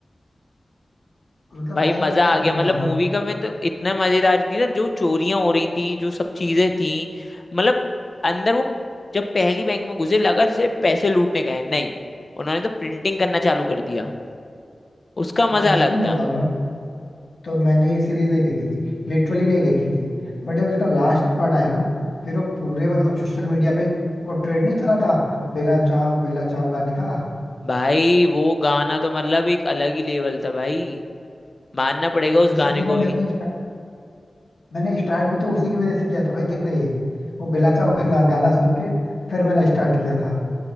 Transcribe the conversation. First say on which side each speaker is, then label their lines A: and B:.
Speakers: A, on the left (about 80°); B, on the left (about 40°).
A: मतलब
B: भाई
A: भाई
B: मजा
A: मैं अगर
B: आ गया
A: सच बताऊं
B: मतलब मूवी
A: ना
B: का मैं तो इतना मजेदार थी ना जो चोरियां हो रही थी जो सब चीजें थी मतलब अंदर वो जब पहली बैंक में घुसे लगा जैसे पैसे लूटने गए हैं। नहीं उन्होंने तो प्रिंटिंग करना चालू कर दिया उसका
A: मतलब
B: मजा अलग
A: मैं तुम्हें
B: था
A: बताऊं ना तो मैंने ये सीरीज नहीं देखी थी लिटरली नहीं देखी थी बट जब इसका लास्ट पार्ट आया ना फिर वो पूरे मतलब सोशल मीडिया पे वो ट्रेंड नहीं चला था बेला चाव बेला चाव गाने का
B: भाई वो गाना तो मतलब एक अलग ही लेवल था भाई मानना पड़ेगा
A: तो
B: उस
A: बेसिकली
B: गाने को
A: ना
B: भी
A: मैंने स्टार्ट मैंने स्टार्ट भी तो उसी की वजह से किया था भाई देखना ये वो बेला चाव गाना गाना सुन के फिर मैंने स्टार्ट किया था